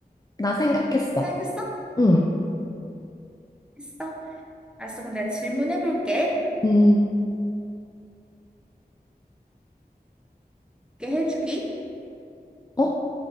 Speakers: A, on the left; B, in the centre.
A: 나 생각했어.
B: 생각했어?
A: 응.
B: 있어. 알았어. 그럼 내가 질문해볼게.
A: 음,
B: 이게 해주기.
A: 어?